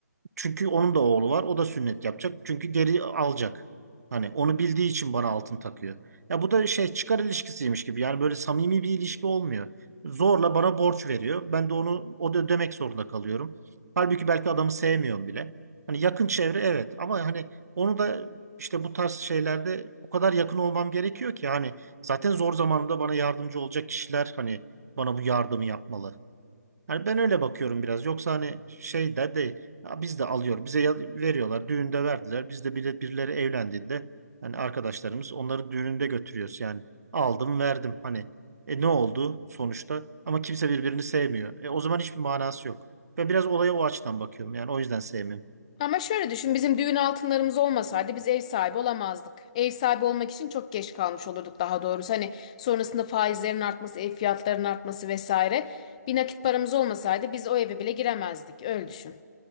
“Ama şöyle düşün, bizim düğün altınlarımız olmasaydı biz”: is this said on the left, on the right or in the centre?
Left